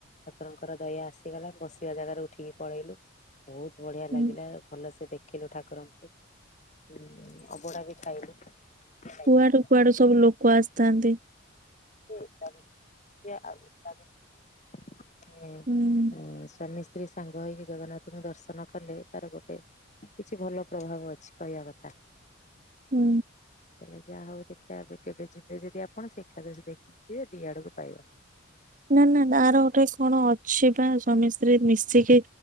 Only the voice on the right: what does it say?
ହୁଁ
କୁଆଡୁ କୁଆଡୁ ସବୁ ଲୋକ ଆସିଥାନ୍ତି।
ହୁଁ
ହୁଁ।
ନାଁ ନାଁ ଆର ଗୋଟାଇ କଣ ଅଛି ବା ସ୍ୱାମୀ ସ୍ତ୍ରୀ ମିଶିକି